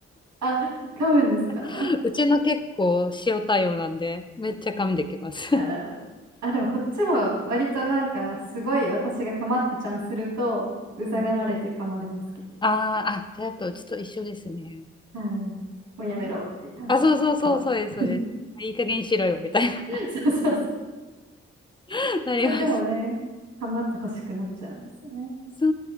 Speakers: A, on the right; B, on the left.
A: あ、噛むんですか
B: <laughs> うちの結構塩対応なんで、めっちゃ噛んできます。
A: あらら。
B: <laughs>
A: あ、でもこっちも割となんかすごい私が構ってちゃんすると、うざがられて噛まれますけ
B: うん。あーあ、じゃあやっぱうちと一緒ですね。
A: ど。はい。もうやめろっていう感じで噛まれま
B: えーあ、そうそうそう、そうです、そうです。いい加減にしろよ、みたいな、
A: す。<laughs> そうそうそう。
B: <laughs> なります。
A: それでもね、まってほしくなっちゃうんですよね。
B: そ